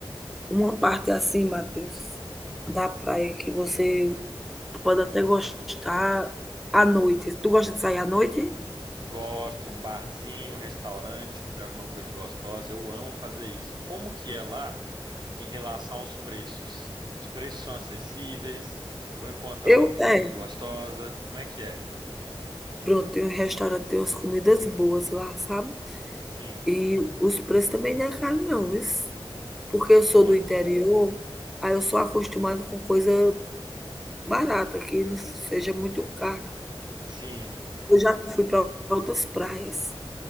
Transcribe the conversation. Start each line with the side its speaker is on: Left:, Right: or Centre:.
Centre: uma parte assim, Matheus, da praia que você pode até gostar à noite. Tu gosta de sair à noite?
Right: gosto, um barzinho, um restaurante, comer alguma coisa gostosa, eu amo fazer isso. Como que é lá? em relação aos preços? Os preços são acessíveis? Vou encontrar
Centre: Eu,
Right: uma comida
Centre: é,
Right: gostosa? Como é que é?
Centre: Pronto, tem um restaurante, tem umas comidas boas lá, sabe.
Right: Sim,
Centre: E os preços também não é caro não, viu. Porque eu sou
Right: ótimo.
Centre: do interior, aí eu sou acostumada com coisa barata, que não seja muito cara.
Right: Sim,
Centre: Eu já fui para outras praias.